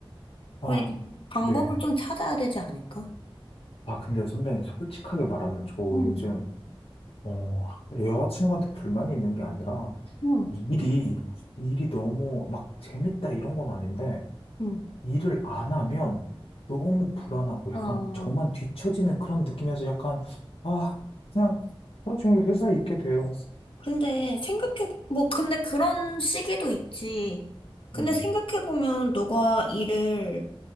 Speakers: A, on the left (about 65°); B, on the left (about 85°).
A: 그러니까
B: 아,
A: 방법을
B: 네.
A: 좀 찾아야 되지 않을까?
B: 아, 근데 선배님, 솔직하게 말하면, 저
A: 응,
B: 요즘, 어, 여자친구한테 불만이 있는 게 아니라,
A: 응,
B: 일이, 일이 너무 막 재밌다 이런 건 아닌데,
A: 응.
B: 일을 안 하면 너무 불안하고 약간
A: 어,
B: 저만 뒤처지는 그런 느낌에서 약간, 아, 그냥 하루 종일 회사에 있게 돼요.
A: 근데 생각해, 뭐, 근데 그런 시기도 있지. 근데
B: 네,
A: 생각해보면 너가 일을